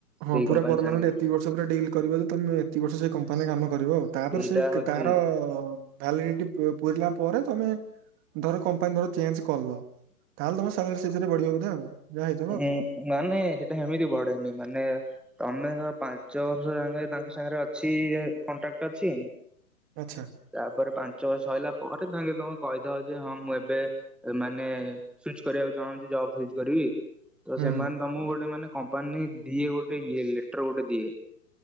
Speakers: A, on the right; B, in the centre.
A: ହଁ
B: ସେଇ
A: ପୁରା
B: କମ୍ପାନୀ
A: ପରମାନେଣ୍ଟ
B: ସାଙ୍ଗେ।
A: ଏତିକି ବର୍ଷ ପୁରା ଡିଲ୍ କରିବ ଯେ ତମେ ଏତିକି ବର୍ଷ ସେ କମ୍ପାନି ରେ କାମ କରିବ ତାପରେ
B: ଏଇଟା
A: ସେ
B: ହଉଛି
A: ତାର ଭାଲିଡି ପୁୁରିଲା ପରେ ତମେ ଧର କମ୍ପାନୀ ଧର ଚେଞ୍ଜ କରିଲ ତାହେଲେ ତମ ସାଲାରି ସେଇ ହିସାବରେ ବଢିବ ବୋଧେ ଆଉ ଯାହାହେଇଛି
B: ଉୁଁ ନା ନାଇଁ ସେଇଟା ସେମିତି ବଢେନି। ମାନେ ତମେ ତ ପାଞ୍ଚ ବର୍ଷ ସାଙ୍ଗ ତାଙ୍କ ସାଙ୍ଗରେ ଅଛି କଣ୍ଟ୍ରାକ୍ଟ ଅଛି
A: ଆଚ୍ଛା
B: ତାପରେ ପାଞ୍ଚ ବର୍ଷ ସରିଲା ପରେ ତାହେଲେ ତମ କହିଥାଉ ଯେ ହଁ ମୁଁ ଏବେ ମାନେ ସୁଇଚ୍ କରିବାକୁ ଚାହୁଁଛି ଜବ ସୁଇଚ୍ କରିବି ତ
A: ହୁଁ
B: ସେମାନେ ତମକୁ ଗୋଟେ ମାନେ କମ୍ପାନୀ ଦିଏ, ଗୋଟେ ଇଏ ଲେଟର ଗୋଟେ ଦିଏ